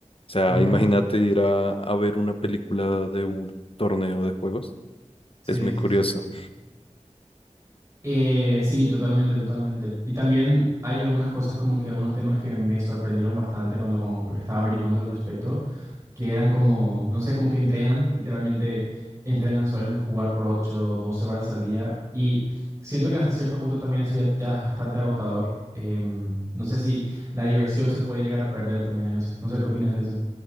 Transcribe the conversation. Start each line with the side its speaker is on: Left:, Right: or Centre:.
Left: O sea,
Right: ujú,
Left: imagínate ir a, a ver una película de un torneo de juegos.
Right: sí,
Left: Es muy
Right: sí,
Left: curioso.
Right: sí. Eh, sí, totalmente, totalmente. Y también hay algunas cosas como que algunos temas que me sorprendieron bastante cuando como que estaba averiguando al respecto, que eran como, no sé, como que entrenan, literalmente entrenan, suelen jugar por ocho, doce 12 horas al día y siento que hasta cierto punto también eso ya, ya es bastante agotador. Em, no sé si la diversión se puede llegar a perder también en eso. No sé qué opinas de eso.